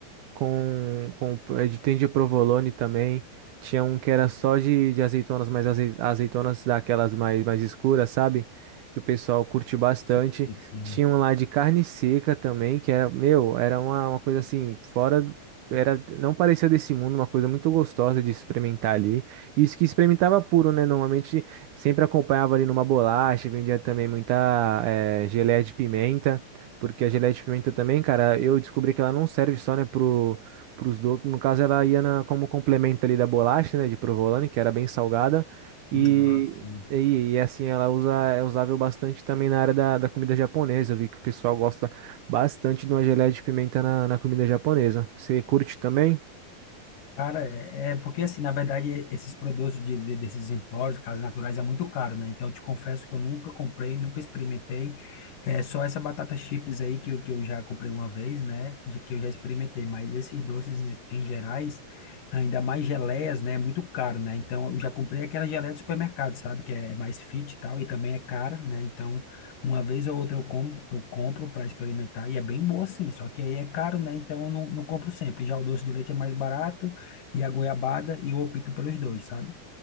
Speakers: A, on the right; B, on the left.
A: com, com eh, de- tem de provolone também. Tinha um que era só de, de azeitonas, mas azei- azeitonas daquelas mais, mais escuras, sabe? Que o pessoal curte bastante.
B: Sim, sim.
A: Tinha um lá de carne seca também, que era, meu, era uma, uma coisa assim, fora. do- Era, não parecia desse mundo, uma coisa muito gostosa de experimentar ali. Isso que experimentava puro, né? Normalmente sempre acompanhava ali numa bolacha, vendia também muita eh, geleia de pimenta. Porque a geleia de pimenta também, cara, eu descobri que ela não serve só, né, pro, pros doces. No caso, ela ia na- como complemento ali da bolacha, né, de provolone, que era bem salgada. E,
B: Ah, sim.
A: e, e, assim, ela usa, é usável bastante também na área da, da comida japonesa. Eu vi que o pessoal gosta bastante de uma geleia de pimenta na, na comida japonesa. Você curte também?
B: Cara, é é porque assim, na verdade, esses produtos de, de- desses empórios, casas naturais, é muito caro, né? Então, eu te confesso que eu nunca comprei, nunca experimentei. É só essa batata chips aí que, eu- que eu já comprei uma vez, né? De que eu já experimentei, mas esses doces em gerais, ainda mais geleias, né? É muito caro, né? Então, eu já comprei aquela geleia do supermercado, sabe? Que é mais fit e tal, e também é cara, né? Então, uma vez ou outra eu compro, eu compro para experimentar e é bem boa sim, só que aí é caro, né? Então eu não, não compro sempre. Já o doce de leite é mais barato e a goiabada e eu opto pelos dois, sabe?